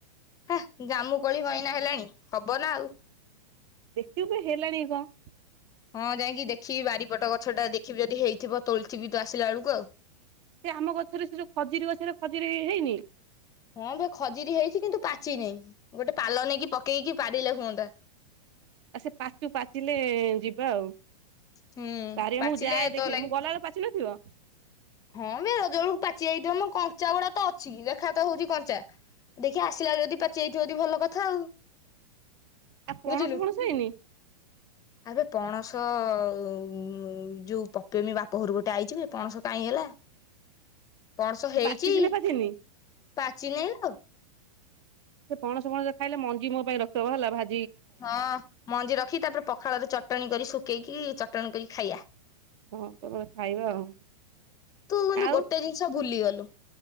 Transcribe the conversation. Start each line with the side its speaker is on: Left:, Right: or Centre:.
Left: ହେ ଜାମୁ କୋଳି କଇନା ହେଲାଣି ହବ ନା ଆଉ।
Right: ଦେଖିବୁ ହେଲାଣି କଣ?
Left: ହଁ ଯାଇକି ଦେଖିବି ବାରିପଟ ଗଛ ଟା ଦେଖିବି ଯଦି ହେଇଥିବ ତୋଳିଥିବି ତୁ ଆସିଲା ବେଳକୁ ଆଉ।
Right: ସେ ଆମ ଗଛରେ ସେଇ ଯୋଉ ଖଜିୁରି ଗଛରେ ଖଜିୁରି ହେଇନି।
Left: ହଁ ବେ ଖଜିରି ହେଇଚି କିନ୍ତୁ ପାଚିନେଇ ଗୋଟେ ପାଲ ନେଇକି ପକେଇକି ପାରିଲେ ହୁଅନ୍ତା।
Right: ଆ ସେ ପାଚୁ ପାଚିଲେ ଏ ଯିବା ଆଉ।
Left: ହୁଁ
Right: ପାରିବା
Left: ପାଚିଲେ
Right: ମୁଁ ଯାଏ
Left: ତୋ
Right: ଦେଖେ
Left: ଲାଗି
Right: ମୁଁ ଗଲାବେଳୁ ପାଚି ନଥିବ?
Left: ହଁ ବେ ରଜ ବେଳକୁ ପାଚି ଯଇଥିବ ମ କଞ୍ଚା ଗୁଡା ତ ଅଛି ଦେଖା ତ ହଉଚି କଞ୍ଚା। ଦେଖିବା ଆସିଲା ଯଦି ପାଚିଯାଇଥିବ ଯଦି ଭଲ କ ଥାଉ।
Right: ଆଉ ପଣସ
Left: ବୁଝିଲୁ
Right: ଫଣସ ହେଇନି?
Left: ଆବେ ପଣସ ଉ ଉ ଯୋଉ ପପେଇମି ବାପ ଘରୁ ଗୋଟେ ଆଇଚି ବେ ପଣସ। କାଇଁ ହେଲା। ପଣସ
Right: ସେ
Left: ହେଇଛି
Right: ପାଚିଛି ନା ପାଚିନି?
Left: ପାଚିନି ଆଉ
Right: ସେ ପଣସ ଫଣସ ଖାଇଲେ ମଞ୍ଜି ମୋ ପାଇଁ ରଖିଦବ ହେଲା ଭା
Left: ହଁ ମଞ୍ଜି ରଖି ତାପରେ ପଖାଳରେ ଚଟଣି କରି ଶୁ ଖେଇକି ଚଟଣୀ କରିଖାଇବା।
Right: ହଁ ତାପରେ ଖାଇବା ଆଉ।
Left: ତୁ ମାନେ
Right: ଆଉ
Left: ଗୋଟେ ଜିନିଷ ଭୁଲିଗଲୁ।